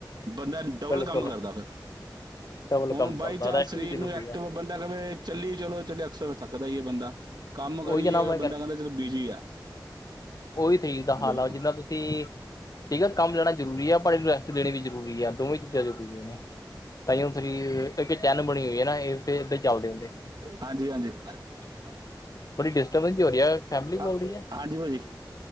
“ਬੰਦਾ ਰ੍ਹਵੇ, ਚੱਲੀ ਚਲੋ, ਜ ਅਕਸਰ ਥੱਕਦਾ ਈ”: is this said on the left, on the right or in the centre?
Right